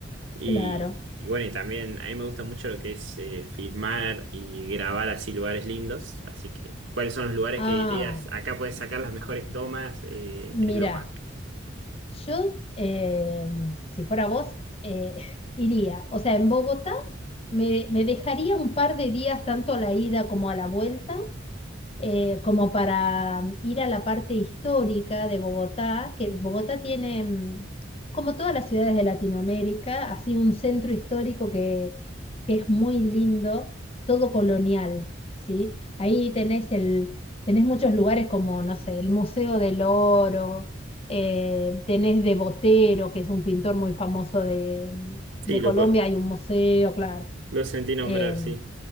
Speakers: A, on the right; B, on the left.
A: Y,
B: claro.
A: y bueno, y también a mí me gusta mucho lo que es eh, filmar y grabar así lugares lindos. Así que, ¿cuáles son los lugares
B: Ah,
A: que dirías? Acá puedes sacar las mejores tomas, eh,
B: mira.
A: es lo más.
B: Yo, eh, si fuera vos, eh, <laughs> iría. O sea, en Bogotá me, me dejaría un par de días tanto a la ida como a la vuelta eh, como para mm, ir a la parte histórica de Bogotá, que Bogotá tiene, mm, como todas las ciudades de Latinoamérica, así un centro histórico que, que es muy lindo, todo colonial, ¿sí? Ahí tenés el, tenés muchos lugares como, no sé, el Museo del Oro, eh, tenés de Botero, que es un pintor muy famoso de,
A: Sí,
B: de
A: lo,
B: Colombia,
A: co-
B: hay un museo, claro.
A: lo sentí nombrar,
B: em,
A: sí.